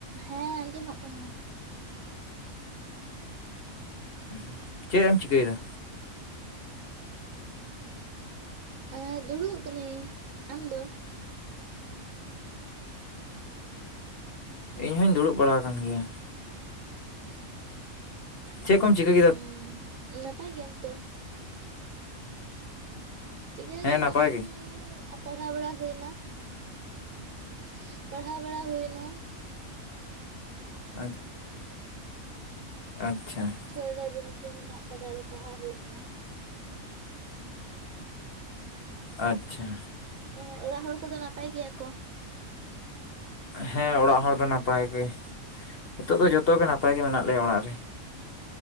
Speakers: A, on the right; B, on the left.
A: ᱦᱮᱸ ᱟᱸᱡᱚᱢᱚᱜ ᱠᱟᱱᱟ᱾
B: ᱩᱸ ᱪᱮᱜ ᱮᱢ ᱪᱤᱠᱟᱹᱭᱮᱫᱟ?
A: ᱮᱸ ᱫᱩᱲᱩᱵ ᱠᱟᱱᱤᱧ, ᱟᱢ ᱫᱚ?
B: ᱤᱧ ᱦᱚᱸᱧ ᱫᱩᱲᱩᱵ ᱵᱟᱲᱟ ᱟᱠᱟᱱ ᱜᱮᱭᱟ, ᱪᱮᱫ ᱠᱚᱢ ᱪᱟᱠᱟᱹᱼᱼ
A: ᱩᱸ ᱞᱟᱯᱟᱭ ᱜᱮᱭᱟᱢ ᱛᱚ? ᱪᱤᱠᱟᱹ
B: ᱦᱮᱸ
A: ᱜᱮ
B: ᱱᱟᱯᱟᱭ
A: ᱵᱟᱸᱝᱻ ᱟᱯᱼᱼ ᱯᱟᱲᱦᱟᱣ ᱵᱟᱲᱟ ᱦᱩᱭᱮᱱᱟ ᱦᱩᱸ ᱯᱟᱲᱦᱟᱣ ᱵᱟᱲᱟ ᱦᱩᱭᱮᱱᱟ,
B: ᱟᱪᱪᱼᱼ ᱟᱪᱪᱷᱟ
A: ᱥᱳᱨ ᱨᱮ ᱵᱤᱱᱤᱰ ᱠᱚᱸ ᱢᱮᱱᱟᱜ ᱠᱟᱫᱟ ᱟᱫᱚ ᱯᱟᱲᱦᱟᱜ ᱦᱩᱭᱩᱜ ᱠᱟᱱᱟ᱾
B: ᱟᱪᱪᱷᱟ
A: ᱚᱸ ᱚᱲᱟᱜ ᱦᱚᱲ ᱠᱚᱫᱚ ᱱᱟᱯᱟᱭ ᱜᱮᱭᱟ ᱠᱚ?
B: ᱦᱮᱸ ᱚᱲᱟᱜ ᱦᱚᱲ ᱫᱚ ᱱᱟᱯᱟᱭ ᱜᱮ ᱱᱤᱛᱚᱜ ᱫᱚ ᱡᱚᱛᱚᱜᱮ ᱱᱟᱯᱟᱭ ᱜᱮ ᱢᱮᱱᱟᱜ ᱞᱮᱭᱟ ᱚᱲᱟᱜ ᱨᱮ᱾